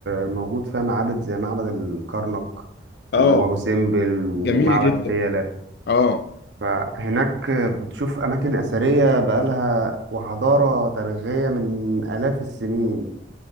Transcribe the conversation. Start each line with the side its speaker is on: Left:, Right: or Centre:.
Right: موجود فيها معابد زي معبد الكرنك
Left: اه
Right: وابو سمبل ومعبد
Left: جميل جدا
Right: فيلة
Left: اه
Right: فهناك بتشوف أماكن أثرية بقالها وحضارة تاريخية من آلاف السنين